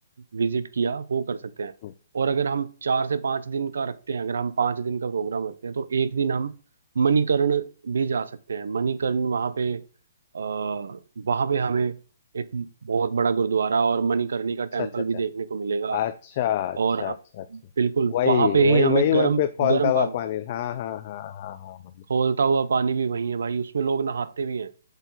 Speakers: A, on the right; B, on the left.
A: विजिट किया वो कर सकते हैं
B: हम्म,
A: और अगर हम चार से पांच दिन का रखते हैं अगर हम पांच दिन का प्रोग्राम रखते हैं तो एक दिन हम मणिकर्ण भी जा सकते हैं मणिकर्ण वहां पे आ, वहां पे हमें एक बहुत बड़ा गुरुद्वारा और मणिकर्णी का टेम्पल
B: अच्छा अच्छा अच्छा
A: भी देखने को मिलेगा
B: अच्छा
A: और हम-
B: अच्छा अच्छा अच्छा
A: बिल्कुल
B: वही
A: वहां पे
B: वही
A: ही हमें
B: वही वहीं
A: गर्म
B: पे खौलता
A: गर्म
B: हुआ
A: पानी
B: पानी हाँ हाँ हाँ हाँ हाँ
A: खौलता हुआ पानी भी वही है भाई उसमें लोग नहाते भी हैं